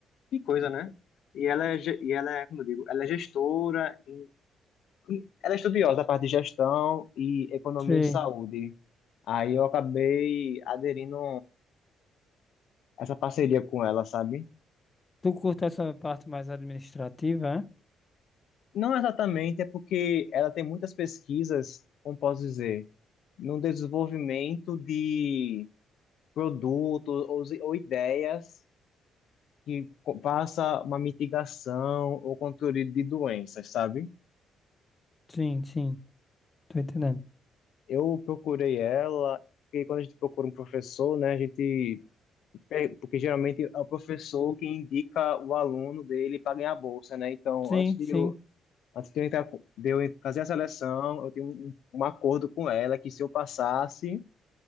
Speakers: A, on the left (about 75°); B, on the left (about 30°).
A: que coisa, né? E ela é, ge- e ela é, como eu digo, ela é gestora, e, e ela é estudiosa da parte de gestão e economia
B: Sei.
A: em saúde. Aí eu acabei aderindo a essa parceria com ela, sabe?
B: Tu curta essa parte mais administrativa, é?
A: Não exatamente, é porque ela tem muitas pesquisas, como posso dizer, no desenvolvimento de produtos ou, ou ideias que co- passa uma mitigação ou controle de doenças, sabe?
B: Sim, sim. Tô entendendo.
A: Eu procurei ela, porque quando a gente procura um professor, né, a gente, pe- porque geralmente é o professor que indica o aluno dele para ganhar a bolsa, né? Então,
B: Sim,
A: antes de
B: sim.
A: eu Antes de eu entrar, de eu fazer a seleção, eu tenho um, um acordo com ela que se eu passasse,